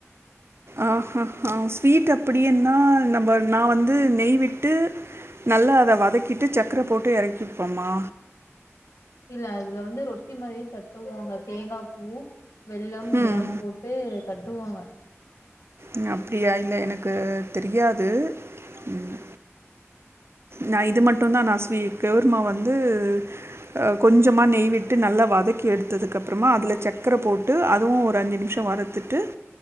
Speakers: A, on the right; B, on the left.
A: ஆஹா ஆ ஸ்வீட் அப்படியனா நம்ம நா வந்து நெய்விட்டு நல்லா அத வதக்கிட்டு சக்கர போட்டு எறக்கிப்போமா
B: இல்ல அதுல வந்து ரொட்டி மாரியே தட்டுவாங்க தேங்கா பூ வெல்லம் இதெல்லா
A: ம்.
B: போட்டு தட் ட்டுவாங்க
A: ம் அப்டியா இல்ல எனக்கு தெரியாது ம் நா இது மட்டு தா நா ஸ்வி கெவர்மாவ் வந்து ஆ கொஞ்சமா நெய்விட்டு நல்லா வதக்கி எடுத்ததுக்கப்பறமா அதில சக்கர போட்டு அதுவு ஒரு அஞ்சு நிமிஷ வருத்துட்டு